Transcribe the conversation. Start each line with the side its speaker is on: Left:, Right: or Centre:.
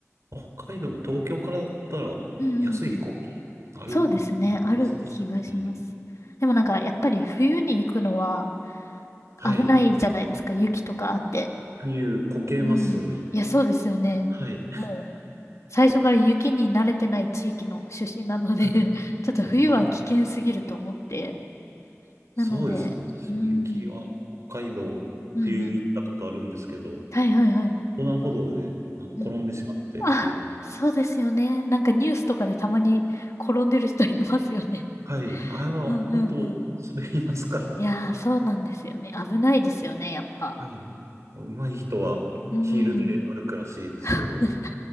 Right: 北海道も東京からだったら安い飛行機ある
Left: うんうんうん。そうですね。ある気がします。
Right: はずですね。
Left: でもなんか、やっぱり冬に行くのは、
Right: はい。
Left: 危ないじゃないですか、雪とかあって。
Right: 冬こけますね。
Left: うん。いや、そうですよね。
Right: はい。
Left: もう、最初から雪に慣れてない地域の出身なので
Right: はい。
Left: <laughs> ちょっと冬は危険すぎると思って。
Right: もうある。そうですね。
Left: なので、
Right: 私も雪は北海道冬行ったことあるんですけど、
Left: うん、うんうん。はいはいはい。
Right: 横断歩道であの転んでしまってっていうのが。
Left: うん。あ、そうですよね。なんかニュースとかでたまに転んでる人いますよね。
Right: はい。あれは本当滑りますから。
Left: <laughs> うんうんうん。いやー、そうなんですよね。危ないですよね、やっぱ。
Right: はい。上手い人はヒールで歩くらしいですけど、
Left: うん。<laughs>